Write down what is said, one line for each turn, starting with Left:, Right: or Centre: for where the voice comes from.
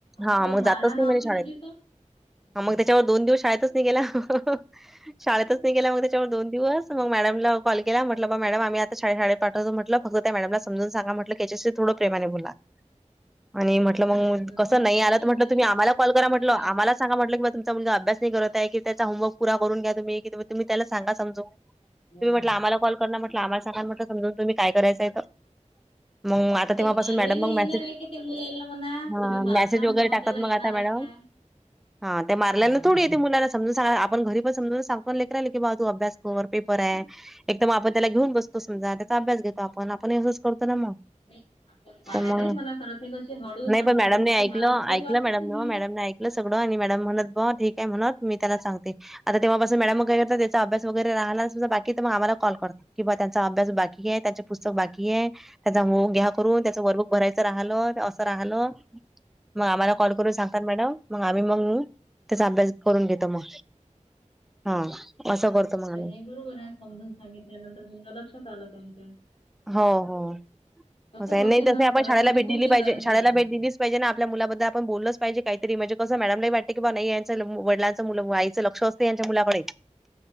Left: असं
Centre: हा मग
Left: मारहाण
Centre: जातंच नाही
Left: असली
Centre: म्हणे शाळेत.
Left: कधी तर हम्म
Centre: हा मग त्याच्यावर- दोन दिवस शाळेतच नाही गेला ह ह ह. शाळेतच नाही गेला मग त्याच्यावर दोन दिवस- मग मॅडमला कॉल केला म्हटलं बघा मॅडम आम्ही आता शाळे शाळेत पाठवतो म्हटलं फक्त त्या मॅडमला समजून सांगा म्हटलं की आता याच्याशी- थोडं प्रेमाने बोला. आणि म्हटलं मग
Left: नाही तर
Centre: कसं नाही
Left: म्हणजे
Centre: आलं तर म्हटलं
Left: तरी
Centre: तुम्ही आम्हाला
Left: त्याच्या मनात
Centre: कॉल करा म्हटलं,
Left: ते राहतेच
Centre: आम्हालाच- सांगा म्हटलं की तुमचा मुलगा अभ्यास नाही करत आहे की त्याचा होमवर्क पुरा करून घ्या तुम्ही कि तुम्ही त्याला सांगा समजवून.
Left: हो
Centre: तुम्ही म्हटलं आम्हाला कॉल करा ना म्हटलं आम्हाला सांगा ना म्हटलं समजून तुम्ही काय करायचंय त- मग आता
Left: नाही
Centre: तेव्हापासून
Left: मारल्याला
Centre: मॅडम मग
Left: येणार
Centre: मेसेज,
Left: आहे का त्या मुलाला म्हणा
Centre: हा
Left: तुम्ही मारसान
Centre: मेसेज वगैरे
Left: तेव्हा
Centre: टाकतात
Left: त्याला येणार
Centre: मग आता मॅडम.
Left: आहे काय
Centre: हा त्या मारल्यानं
Left: हा
Centre: थोडी येते मुलांना समजून सांगा- आपण घरी पण समजवूनच सांगतो ना लेकराले की बाबा तू अभ्यास कर पेपर आहे एकदम आपण- त्याला घेऊन बसतो समजा त्याचा अभ्यास घेतो आपण आपण असंच करतो ना मग.
Left: <unintelligible> ण मारायलाही
Centre: तर मग
Left: मना करत नाही कशी हळू
Centre: नाही
Left: समजा
Centre: पण मॅडमने
Left: थोडीशी
Centre: ऐकलं
Left: मारलं तर काही
Centre: ऐकलं
Left: वाटत
Centre: मॅडमनं
Left: नाही.
Centre: मॅडमने ऐकलं सगळं आणि मॅडम म्हणत बुवा ठीक आहे म्हणत मी त्याला सांगते आता तेव्हापास- मॅडम मग काय करता, त्याचा अभ्यास वगैरे राहला असेल बाकी तर मग आम्हाला कॉल करता. कि बुवा त्यांचा अभ्यास बाकी आहे, त्यांचे पुस्तक बाकी आहे, त्याचा होम- घ्या करून त्याच वर्कबुक भरायचं राहलं, असं राहलं, मग आम्हाला कॉल करून सांगतात मॅडम‌. मग आम्ही मंग त्याचा अभ्यास करून घेतो मग. हा असं
Left: आणि
Centre: करतो
Left: मग आता
Centre: आम्ही.
Left: हे बरोबर आहे समजून सांगितल्यानंतर तुमच्या लक्षात आलं त्यांच्या.
Centre: हो हो
Left: तसं
Centre: असं आहे.
Left: होते
Centre: नाही तसही
Left: ना
Centre: आपण
Left: खरंच
Centre: शाळेला
Left: होते
Centre: भेट
Left: खूप
Centre: दिली
Left: ठिकाणी
Centre: पाहिजे. शाळेला
Left: आहे म्हटलं
Centre: भेट दिलीच- पाहिजे ना, आपल्या मुलांबद्दल आपण बोललच पाहिजे काहीतरी म्हणजे कस मॅडमलाही वाट- कि बुवा नाही यांच वडिलांच मुलं आईचं लक्ष असते यांच्या मुलाकडे.